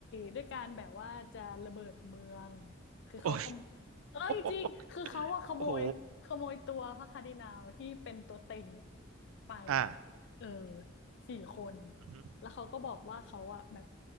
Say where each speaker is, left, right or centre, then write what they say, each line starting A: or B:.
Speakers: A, on the left; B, on the right.
A: ด้วยการแบบว่าจะระเบิดเมืองคือเขาขโม
B: <laughs> โอ้
A: เอ้ยจริงคือเขาอะขโมยขโมยตัวพระคาร์ดินัลที่เป็นตัวเต็ง
B: โหโอ้โห
A: ไป
B: อ่า
A: เออสี่คน
B: อือฮึ
A: แล้วเขาก็บอกว่าเขาอะแบบ